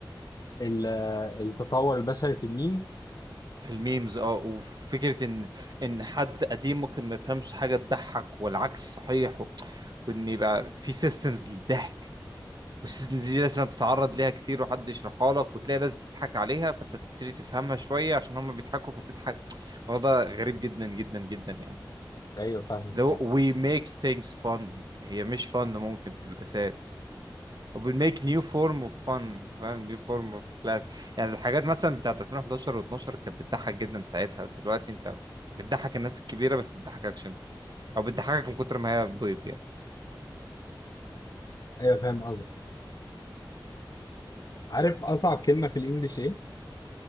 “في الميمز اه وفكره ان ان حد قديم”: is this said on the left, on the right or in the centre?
Right